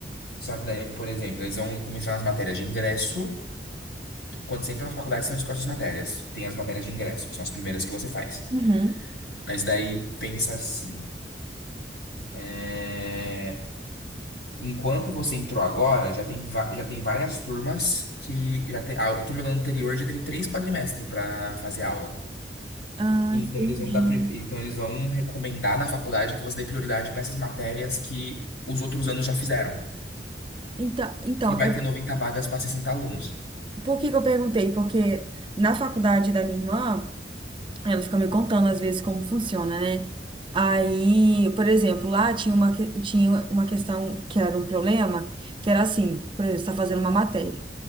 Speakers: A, on the left; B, on the right.
A: Só que daí, por exemplo, eles vão começar nas matérias de ingresso quando você entra na faculdade, você não escolhe as matérias. Tem as matérias de ingresso, que são as primeiras que você faz.
B: Uhum.
A: Mas daí, pensa assim. é, Enquanto você entrou agora, já tem, va- já tem várias turmas que já tem... A turma da anterior já teve três quadrimestres para fazer aula.
B: Ah,
A: Então
B: entendi.
A: eles vão dar, pri- então eles vão recomendar na faculdade que você dê prioridade para essas matérias que os outros anos já fizeram,
B: Então, então,
A: que vai
B: é
A: ter 90 vagas para 60 alunos.
B: Por que que eu perguntei? Porque na faculdade da minha irmã, ela fica me contando às vezes como funciona, né? Aí, por exemplo, lá tinha uma, que- tinha uma questão que era um problema, que era assim, por exemplo, você está fazendo uma matéria.